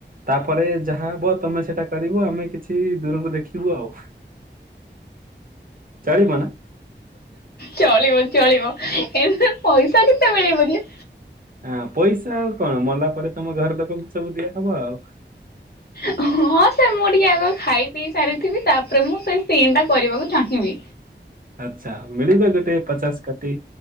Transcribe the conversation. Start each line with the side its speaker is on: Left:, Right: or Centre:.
Right: ତାପରେ ଯାହା ହବ ତମେ ସେଟା। ପାରିବୁ ଆମେ କିଛି ଦୂରକୁ ଦେଖିବୁ ଆଉ। ଚଳିବ ନା?
Left: ଚଳିବ ଚଳିବ ଏଥୀରେ ପଇସା କେତେ ମିଳିବ ଯେ।
Right: ହଁ ପଇସା ଆଉ କଣ ମଲା ପରେ ତମ ଘରେ ଲୋକଙ୍କୁ ସବୁ ଦିଆହବ ଆଉ।
Left: ହଁ ସାର୍ ମୁଁ ଟିକେ ଆଗ ଖାଇ ପିଇ ସାରିଥିବି ତାପରେ ମୁଁ ସେଇ ସିନ୍ ଟା କରିବାକୁ ଚାହିଁବି।
Right: ଆଚ୍ଛା ମିଳିବ ଗୋଟେ ପଚାଶ। ତି